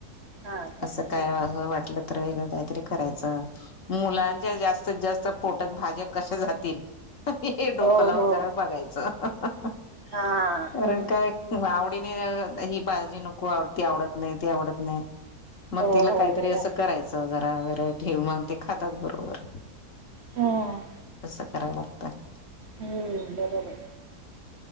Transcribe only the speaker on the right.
हा का
हम्म,
हम्म,
हम्म.
हो
हो
हा हम्म,
हो
हो
बरं
हम्म,
हम्म बरोबर.